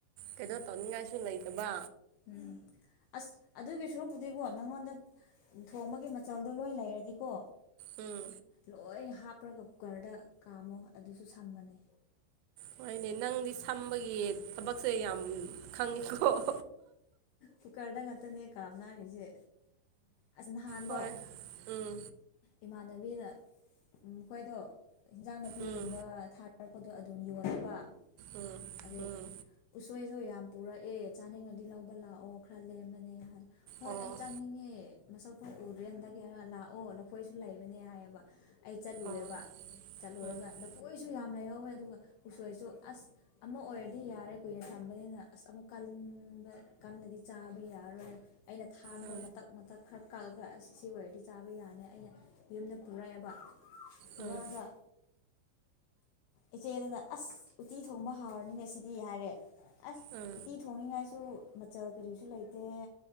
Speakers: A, on the right (about 85°); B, on the left (about 85°).
A: ꯀꯩꯅꯣ ꯇꯧꯅꯤꯉꯥꯏꯁꯨ ꯂꯩ ꯇꯥꯕꯥ
B: ꯎꯝ ꯑꯁ ꯑꯗꯨꯒꯤ ꯁꯣꯔꯨꯛꯄꯨꯗꯤꯀꯣ ꯅꯪꯉꯣꯟꯗ ꯊꯣꯡꯕꯒꯤ ꯃꯆꯜꯗꯣ ꯂꯣꯏ ꯂꯩꯔꯗꯤꯀꯣ
A: ꯎꯝ
B: ꯂꯣꯏ ꯍꯥꯞꯄ꯭ꯔꯒ ꯀꯨꯀꯔꯗ ꯀꯥꯝꯃꯣ ꯑꯗꯨꯁꯨ ꯁꯝꯕꯅꯦ
A: ꯍꯣꯏꯅꯦ ꯅꯪꯗꯤ ꯁꯝꯕꯒꯤ ꯊꯕꯛꯁꯦ ꯌꯥꯝ ꯈꯪꯉꯤꯀꯣ
B: ꯀꯨꯀꯔꯗ ꯉꯥꯛꯛꯇꯅꯦ ꯀꯝꯅꯥꯔꯤꯁꯦ ꯑꯁ ꯅꯍꯥꯟꯗꯣ
A: ꯍꯣꯏ ꯎꯝ
B: ꯏꯃꯥꯟꯅꯕꯤꯅ ꯎꯝ ꯃꯈꯣꯏꯗꯣ ꯏꯟꯖꯥꯡ ꯅꯥꯄꯤꯒꯨꯝꯕ
A: ꯎꯝ
B: ꯊꯥꯔ ꯄꯗꯣ ꯑꯗꯨꯝ ꯌꯣꯟꯅꯕ
A: ꯎꯝ
B: ꯑꯗꯩ
A: ꯎꯝ
B: ꯎꯁꯣꯏꯁꯨ ꯌꯥꯝ ꯄꯨꯔꯛꯑꯦ ꯆꯥꯅꯤꯡꯉꯗꯤ ꯂꯧꯕ ꯂꯥꯛꯑꯣ ꯈꯔ ꯂꯦꯝꯕꯅꯦ ꯍꯥꯏ ꯍꯣꯏ
A: ꯑꯣ
B: ꯑꯩ ꯆꯥꯅꯤꯡꯉꯦ ꯅꯁꯛ ꯐꯥꯎ ꯎꯗ꯭ꯔꯦꯅꯒꯔ ꯂꯥꯛꯑꯣ ꯂꯐꯣꯏꯁꯨ ꯂꯩꯕꯅꯦ ꯍꯥꯏꯌꯦꯕ ꯑꯩ ꯆꯠꯂꯨꯔꯦꯕ
A: ꯑꯣ ꯎꯝ
B: ꯆꯠꯂꯨꯔꯒ
A: ꯎꯝ
B: ꯂꯐꯣꯏꯁꯨ ꯌꯥꯝ ꯂꯩꯍꯧꯋꯦ ꯑꯗꯨꯒ ꯎꯁꯣꯏꯁꯨ ꯑꯁ ꯑꯃ ꯑꯣꯏꯔꯗꯤ ꯌꯥꯔꯦ ꯀꯨꯏꯅ ꯊꯝꯕꯅꯤꯅ ꯑꯁ ꯑꯃꯨꯛ ꯀꯟꯕ ꯀꯜꯂꯗꯤ ꯆꯥꯕ ꯌꯥꯔꯣꯏ ꯑꯩꯅ ꯊꯥꯡꯒ
A: ꯎꯝ ꯎꯝ
B: ꯃꯊꯛ ꯃꯊꯛ ꯈꯔ ꯀꯛꯂꯒ ꯑꯁ ꯁꯤ ꯑꯣꯏꯔꯗꯤ ꯆꯥꯕ ꯌꯥꯔꯅꯤ ꯑꯩꯅ ꯌꯨꯝꯗ ꯄꯨꯔꯛꯑꯦꯕ ꯄꯨꯔꯛꯑꯒ
A: ꯎꯝ
B: ꯏꯆꯦ ꯑꯗꯨꯅ ꯑꯁ ꯎꯇꯤ ꯊꯣꯡꯕ ꯍꯥꯎꯔꯅꯤꯅꯦ ꯁꯤꯗꯤ ꯍꯥꯏꯔꯦ ꯑꯁ
A: ꯎꯝ
B: ꯎꯇꯤ ꯊꯣꯡꯅꯤꯡꯉꯥꯏꯁꯨ ꯃꯆꯜ ꯀꯔꯤꯁꯨ ꯂꯩꯇꯦ